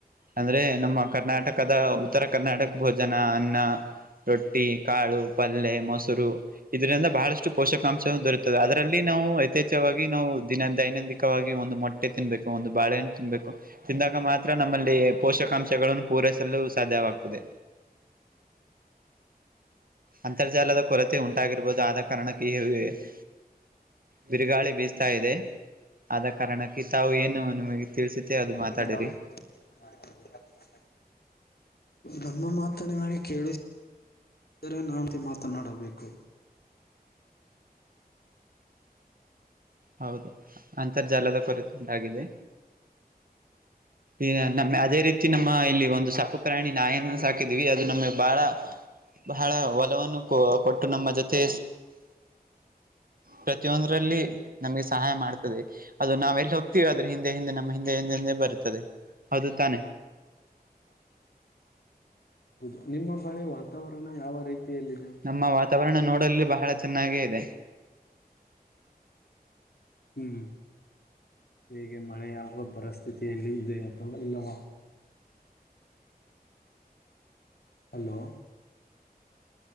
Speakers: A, on the right; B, on the left.
A: ಅಂದ್ರೆ ನಮ್ಮ ಕರ್ನಾಟಕದ ಉತ್ತರ ಕರ್ನಾಟಕ ಭೋಜನ ಅನ್ನಾ. ರೊಟ್ಟಿ ಕಾಳು ಪಲ್ಲೇ ಮೊಸರು ಇದರಿಂದ ಬಹಳಷ್ಟು ಪೋಷಕಾಂಶ ದೊರೆಯುತದೆ ಅದರಲ್ಲಿ ನಾವು ಯಥೇಚ್ಛವಾಗಿ ನಾವು ದಿನ ದೈನಂದಿಕವಾಗಿ <unintelligible> ಒಂದು ಮೊಟ್ಟೆ ತಿನ್ಬೇಕು ಒಂದು ಬಾಳೆ ಹಣ್ಣು ತಿನ್ಬೇಕು ತಿಂದಾಗ ಮಾತ್ರ ನಮ್ಮಲ್ಲಿ ಪೋಷಕಾಂಶಗಳನ್ನು ಪೂರೈಸಲು ಸಾಧ್ಯವಾಗ್ತದೆ.
B: <inaudible>
A: ಅಂತರ್ಜಾಲದ ಕೊರತೆ ಉಂಟಾಗಿರ್ಬೋದು ಆದ ಕಾರಣಕ್ಕೆ <unintelligible> ಬಿರುಗಾಳಿ ಬೀಸ್ತಾ ಇದೆ. ಆದ ಕಾರಣಕ್ಕೆ ತಾವು ಏನು ನಿಮಗೆ ತಿಳಿಸುತ್ತೆ
B: <unintelligible>
A: ಅದು ಮಾತಾಡಿರಿ
B: ನಮ್ಮ ಮಾತನೆವಾಣಿ ಕೇಳುಸ್ ಆದರೆ <unintelligible> ಮಾತನಾಡಬೇಕು.
A: ಹೌದು ಅಂತರ್ಜಾಲದ ಕೊರತೆ ಉಂಟಾಗಿದೆ ಈಗ ನಮ್ <unintelligible> ಅದೇ ರೀತಿ ನಮ್ಮ ಇಲ್ಲಿ ಒಂದು ಸಾಕುಪ್ರಾಣಿ ನಾಯನ್ನು ಸಾಕಿದ್ವಿ ಅದು ನಮ್ಗೆ ಬಹಳ ಬಹಳ ಒಲವನ್ನು ಕೊ ಕೊಟ್ಟು ನಮ್ಮ ಜೊತೆ ಪ್ರತಿಯೊಂದ್ರಲ್ಲಿ ನಮ್ಗೆ ಸಹಾಯ ಮಾಡ್ತದೆ ಅದು ನಾವೆಲ್ಲಿ ಹೋಗ್ತಿವ್ <unintelligible> ಹಿಂದೆ ಹಿಂದೆ ನಮ್ಮ ಹಿಂದೆ ಹಿಂದೆ ಹಿಂದೆ ಬರುತ್ತದೆ ಹೌದು ತಾನೆ?
B: <inaudible> ಹೌದು ನಿಮ್ಮ ಬಳಿ ವಾತಾವರಣ ಯಾವ ರೀತಿಯಲ್ಲಿದೆ?
A: ನಮ್ಮ ವಾತಾವರಣ ನೋಡಲು ಬಹಳ ಚೆನ್ನಾಗೇ ಇದೆ.
B: ಹ್ಮ ಹೀಗೆ ಮಳೆೆಯಾಗುವ ಪರಿಸ್ಥಿತಿಯಲ್ಲಿ ಇದೆ ಅಥವಾ ಇಲ್ಲವ? ಹಲೋ